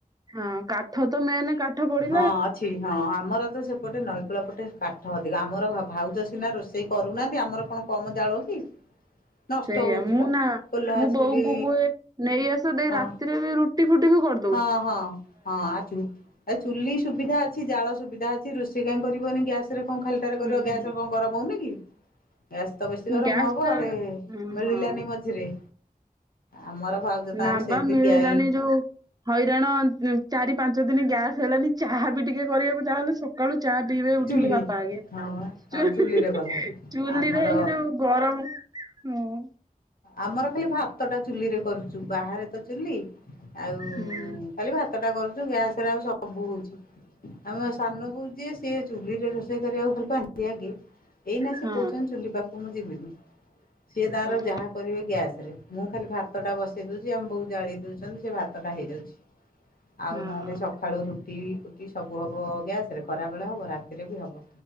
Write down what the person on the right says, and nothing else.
ହଁ କାଠ ତ ମେନ କାଠ ପୋଡ଼ି
ସେଇଆ
ମୁଁ
ନା
ମୁଁ
ବୋଉଙ୍କୁ କୁହେ ନେଇ ଆସ ଦେଇ
ରାତିରେ ବି ରୁଟି ଫୁଟି ବି କ
ହୁଁ
ଗ୍ୟାସ୍
ଟା
ଉଁ
ହଁ
ନା
ବା ମିଳିଲାନି
ଯୋଉ ହଇରାଣ ଉଁ ଚାରି ପାଞ୍ଚ ଦିନ ଗ୍ୟାସ୍। ହେଲାନି ଚାହା ବି ଟିକେ କରିବାକୁ ଯାହା ହେଲେ ସକାଳୁ ଚାହା ପିଇବେ ଉଠିଲେ
ବାପା ଆଗେ।
ଚୁ
ହୁଁ
ହୁଁ ହୁଁ
ହୁଁ ଚୁଲିରେ
ହେଇକି ଯୋଉ ଗରମ ହୁଁ।
ହୁଁ
ହଁ
ହଁ
ହଁ
ହଁ